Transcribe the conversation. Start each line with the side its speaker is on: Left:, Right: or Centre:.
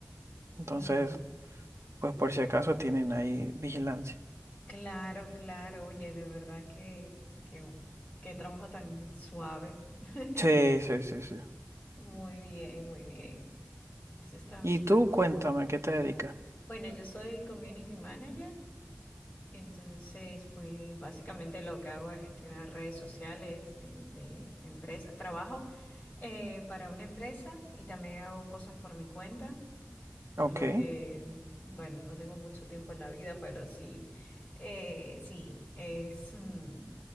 Right: Entonces,
Left: Mm,
Right: pues por si acaso tienen ahí vigilancia.
Left: claro, claro, oye, de verdad que, que, qué trabajo tan suave. <laughs>
Right: Sí, sí, sí, sí.
Left: Muy bien, muy bien. Eso está
Right: Y
Left: súper
Right: tú,
Left: bien.
Right: cuéntame, ¿a ¿qué te dedicas?
Left: Bueno, yo soy community manager. Entonces, pues básicamente lo que hago es gestionar redes sociales de, de empresa. Trabajo eh, para una empresa y también hago cosas por mi cuenta por
Right: Ok,
Left: lo que, bueno, no tengo mucho tiempo en la vida, pero sí, eh, sí, es mm,